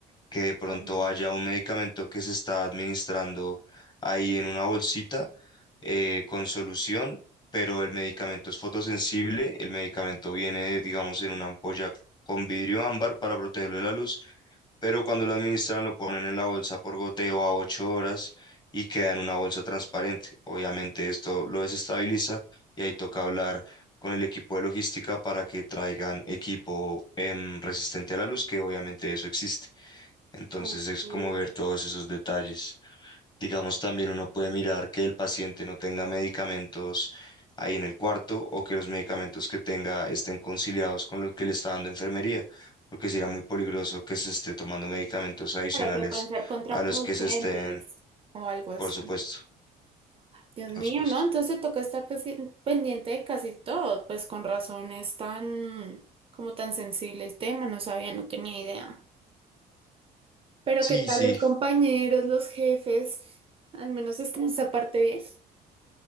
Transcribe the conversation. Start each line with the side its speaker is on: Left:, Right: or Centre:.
Left: que de pronto
Right: Claro.
Left: haya un medicamento que se está administrando ahí en una bolsita eh, con solución, pero el medicamento es fotosensible, el medicamento viene, digamos, en una ampolla con vidrio ámbar para protegerlo de la luz, pero cuando lo administran lo ponen en la bolsa por goteo a 8 horas y queda en una bolsa transparente. Obviamente esto lo desestabiliza y ahí toca hablar con el equipo de logística para que traigan equipo em, resistente a la luz, que obviamente eso existe. Entonces
Right: Ok.
Left: es como ver todos esos detalles. Digamos, también uno puede mirar que el paciente no tenga medicamentos ahí en el cuarto o que los medicamentos que tenga estén conciliados con los que le está dando enfermería, porque sería muy peligroso que se esté tomando medicamentos adicionales
Right: Pero que pueden ser contraproducentes
Left: a los que se estén,
Right: o algo así.
Left: por supuesto,
Right: Dios mío,
Left: por supuesto.
Right: ¿no? Entonces te toca estar casi- pendiente de casi todo, pues con razón es tan, como tan sensible el tema, no sabía, no tenía idea. Pero
Left: Sí,
Right: ¿qué tal
Left: sí.
Right: los compañeros, los jefes? Al menos está esa parte bien.